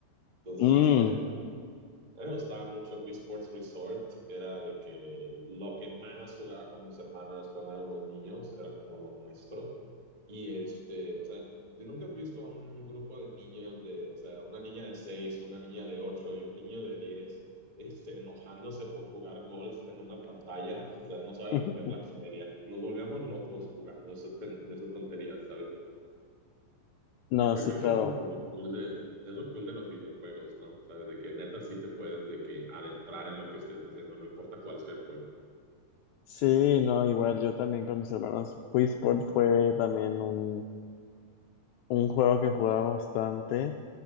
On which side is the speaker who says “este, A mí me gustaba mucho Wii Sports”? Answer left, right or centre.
Right